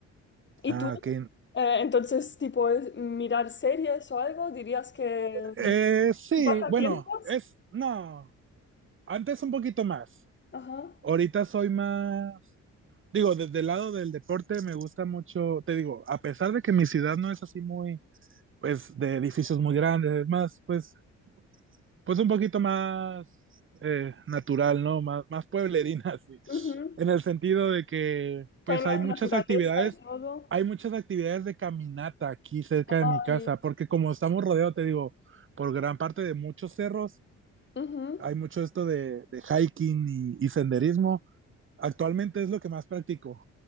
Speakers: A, on the left (about 40°); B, on the right (about 40°).
A: ¿Y
B: Ah,
A: tú?
B: ok.
A: Eh, entonces, tipo, es- mirar series o algo, dirías que
B: Eh,
A: mm,
B: sí,
A: pasatiempos.
B: bueno, es, no, antes un poquito más.
A: Ajá.
B: Ahorita soy más, digo, desde el lado del deporte me gusta mucho, te digo, a pesar de que mi ciudad no es así muy, pues, de edificios muy grandes, es más, pues, pues un poquito más eh, natural, ¿no? Más, más pueblerina, <laughs> sí.
A: ujú,
B: En el sentido de que,
A: Que
B: pues
A: hay más
B: hay muchas
A: naturaleza
B: actividades,
A: y todo.
B: hay muchas actividades de caminata aquí cerca
A: Ay,
B: de mi casa, porque como estamos rodeados, te digo, por gran parte de muchos cerros,
A: ujú.
B: hay mucho esto de, de hiking y, y senderismo. Actualmente es lo que más practico.